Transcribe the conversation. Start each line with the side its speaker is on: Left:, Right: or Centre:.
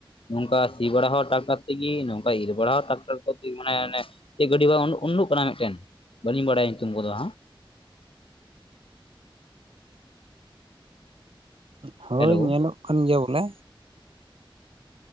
Left: ᱱᱚᱝᱠᱟ ᱥᱤ ᱵᱟᱲᱟ ᱦᱚᱸ ᱴᱨᱟᱠᱴᱟᱨ ᱛᱮᱜᱤ ᱱᱚᱝᱠᱟ ᱤᱨ ᱵᱟᱲ ᱦᱚᱸ ᱴᱨᱟᱠᱴᱟᱨ ᱠᱚᱛᱮ ᱢᱟᱱᱮ ᱚᱱᱮ ᱪᱮᱫ ᱜᱟᱹᱰᱤ ᱵᱟᱝ ᱩᱰᱩᱜ ᱠᱟᱱᱟ ᱢᱤᱫᱴᱮᱱ ᱵᱟᱹᱞᱤᱧ ᱵᱟᱲᱟᱭᱟ ᱧᱩᱛᱩᱢ ᱠᱚᱫᱚ ᱦᱟᱸᱜ
Right: ᱦᱳᱭ
Left: ᱦᱮᱞᱳ
Right: ᱧᱮᱞᱚᱜ ᱠᱟᱱ ᱜᱮᱭᱟ ᱵᱚᱞᱮ